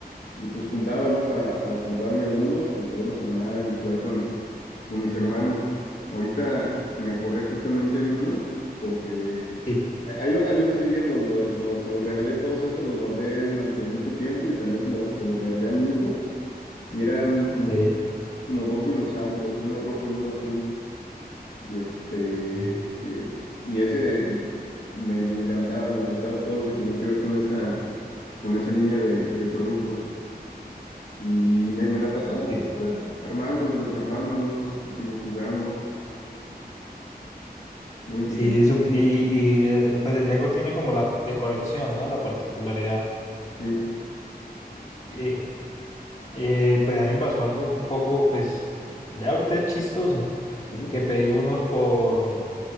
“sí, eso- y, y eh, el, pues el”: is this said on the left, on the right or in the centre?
Left